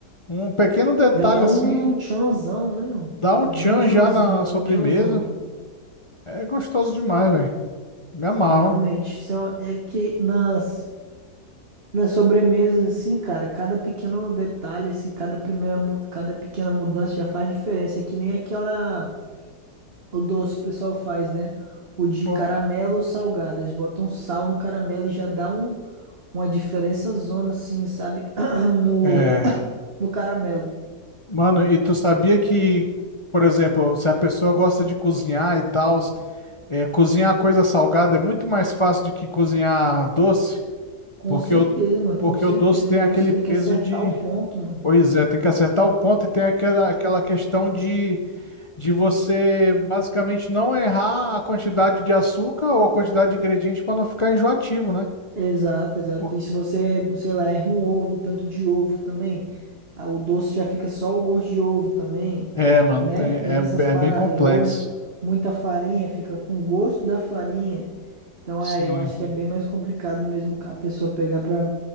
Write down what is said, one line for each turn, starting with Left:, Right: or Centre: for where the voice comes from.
Left: Um pequeno detalhe
Right: Já dá
Left: assim
Right: um tchanzão, né, mano?
Left: dá um
Right: Não
Left: tchan
Right: é nem um tchanzinho,
Left: já na
Right: é
Left: sobremesa.
Right: um tchanzão.
Left: É gostoso
Right: S-
Left: demais, velho. Me
Right: Sim,
Left: amarro.
Right: realmente. Isso é, uma- é que nas, nas sobremesas, assim, cara, cada pequeno detalhe, assim, cada primeira, mu- cada pequena mudança já faz diferença. É que nem aquela, o doce que o pessoal faz, né? O de
Left: Co-
Right: caramelo ou salgado. Eles botam sal no caramelo e já dá um, uma diferença zona, assim, sabe? <clears throat> No,
Left: É,
Right: no caramelo.
Left: mano, e tu sabia que, por exemplo, se a pessoa gosta de cozinhar e tal, é, cozinhar coisa salgada é muito mais fácil do que cozinhar doce,
Right: Com
Left: porque
Right: certeza,
Left: o,
Right: mano, com
Left: porque
Right: certeza.
Left: o doce tem
Right: O doce
Left: aquele
Right: tem
Left: peso
Right: que acertar
Left: de.
Right: o ponto, mano.
Left: Pois é, tem que acertar o ponto e tem aquela, aquela questão de, de você basicamente não errar a quantidade de açúcar ou a quantidade de ingrediente para não ficar enjoativo, né?
Right: Exato, exato.
Left: Por-
Right: E se você, sei lá, erra um ovo, um tanto de ovo também, a- o doce já fica só o gosto de ovo também,
Left: É, mano,
Right: né?
Left: tem-
Right: Tem
Left: é,
Right: essas paradas
Left: é bem complexo.
Right: aí. Ou muita farinha, fica com o gosto da farinha. Então,
Left: Sim,
Right: é, eu acho que é bem mais complicado mesmo a pessoa pegar pra